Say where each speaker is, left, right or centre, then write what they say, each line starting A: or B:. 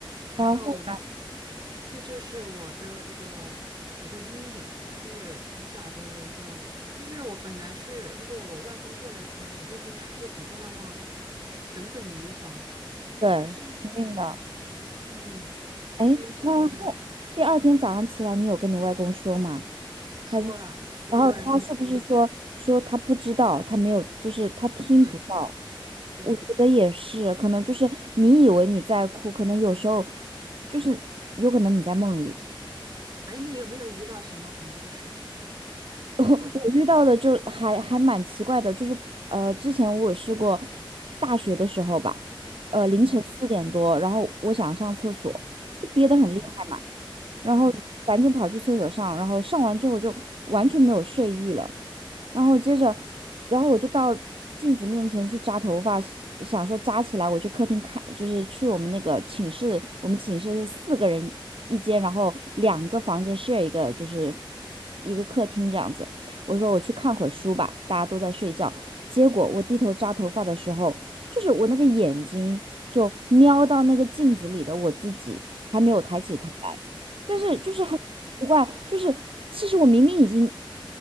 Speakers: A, on the right; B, on the right.
A: 然后
B: 然后
A: 这就是我的这个一个阴影，就是从小的一个，就是我本来是如果我外公过来，可能我这件事就不会那么耿耿于怀，
B: 对，
A: 但是
B: 肯定的。
A: 嗯，
B: 哎，
A: 他一直没有来看，
B: 那后第二天早上起来，你有跟你外公说吗？
A: 说了，
B: 还是，
A: 所有人都说了，
B: 然后他是不是说说他不知道，他没有，就是他听不到？
A: 对对，
B: 我觉得也是，可能就是你以为你在哭，可能有时候就是有可能你在梦里。
A: 哎，你有没有遇到什么恐怖的事情啊？
B: <laughs> 我我遇到的就还还蛮奇怪的，
A: 或者
B: 就是呃，之前我试过大学的时候吧，呃，凌晨四点多，
A: 嗯
B: 然后我想上厕所，就憋得很厉害嘛，
A: 嗯
B: 然后赶紧跑去厕所上，
A: 嗯
B: 然后上完之后就完全没有睡意了。然后接着，然后我就到镜子面前去扎头发，想想说扎起来，我去客厅看，就是去我们那个寝室，我们寝室是四个人一间，然后两个房间 share 一个，就是一个客厅这样子。我说我去看会儿书吧，大家都在睡觉。结果我低头扎头发的时候，就是我那个眼睛就瞄到那个镜子里的我自己，还没有抬起头。来。但是就是很奇怪，就是其实我明明已经